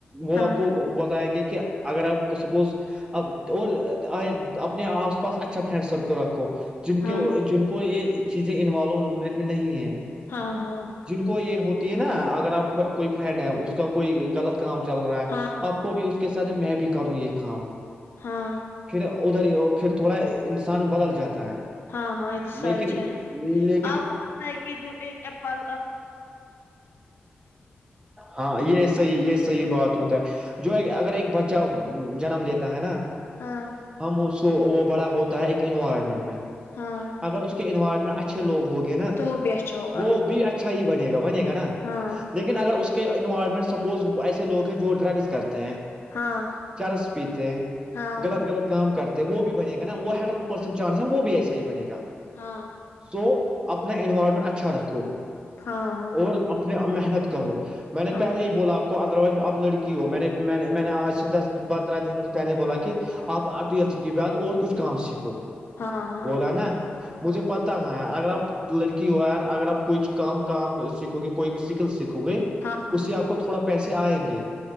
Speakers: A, on the right; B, on the left.
A: وہ
B: ہاں
A: آپ کو بتائیں گے کہ اگر آپ سپوز اب اور آئے اپنے آس پاس اچھا فرینڈ سرکل رکھو جن
B: ہاں
A: کو جن کو یہ چیزیں انوالومنٹ نہیں ہے
B: ہاں ہاں
A: جن کو یہ ہوتی ہے نا اگر آپ کوئی فرینڈ ہے اس کا کوئی غلط کام چل رہا ہے
B: ہاں
A: آپ کو بھی اس کے ساتھ میں بھی کروں یہ کام
B: ہاں
A: پھر ادھر ہی پھر تھوڑا انسان بدل جاتا ہے
B: ہاں ہاں یہ توسا
A: لیکن
B: اچھا ہے
A: لیکن
B: آپ کو پت ہے کہ جب ایک ایپل آ
A: ہاں یہ صحیح یہ صحی بات ہوتا ہے جو ایک اگر ایک بچہ جنم لیتا ہے نا
B: ہاں
A: ہم کو وہ بڑا ہوتا ہے ایک انوائرمنٹ میں
B: ہاں
A: اگر اس کے انوائرمنٹ اچھا اچھے لوگ ہو گے نا
B: تو وہ بھی اچھا ہوگا
A: وہ بھی اچھا ہی بنے گا بنے گا نا
B: ہاں
A: لیکن اگر اس کے انوائرمنٹ سپوز ایسے لوگ ہیں جو ڈرگس کرتے ہیں
B: ہاں
A: چرس پیتے
B: ہاں
A: غلط غلط کام کرتے وہ بھی بنے گا وہ ہنڈریڈ پرسینٹ چانس ہے وہ بھی ایسا ہی بنے گا
B: ہاں
A: سو اپنا انینوائرمنٹ اچھا رکھو
B: ہاں ہاں
A: اور محنت کرو میں نے
B: ہاں
A: پہلے ہی بولا آپ ادروائز آپ لڑی ہو میں نے میں نے آج سے دس پندرہ دن پہے بلا کیا کہ آپ ٹویلتھ کے بعد اور کچھ کام سیکھو
B: ہاں ہاں ہاں
A: بولا نا مجھے پتا ہے اگر آپ لڑکی ہو یار اگر آپ کوئی کام کام سیکھو گے کوئی اسکل سیکھو گے
B: ہاں ہاں
A: اس سے آپ کو تھوڑا پیسے آئیں گے